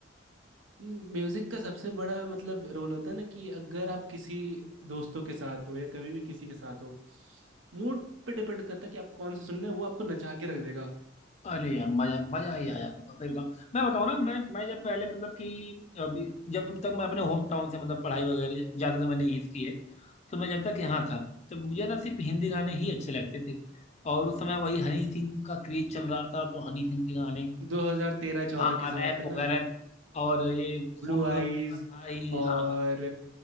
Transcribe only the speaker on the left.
अरे यार मजा मजा ही आ जाता था सही बताऊं मैं बताऊं ना मैं मैं जब पहले मतलब कि अभी जब जब तक मैं अपने होम टाउन से मतलब पढ़ाई वगैरह ज्यादा तो मैंने यहीं की है तो मैं जब तक यहाँ था तो मुझे ना सिर्फ हिंदी गाने ही अच्छे लगते थे और उस समय वही हनी सिंह का क्रेज चल रहा था तो हनी सिंह के गाने
हाँ
रैप
वगैरह
और ये सोनू
निगम तो अपना था ही
हाँ हाँ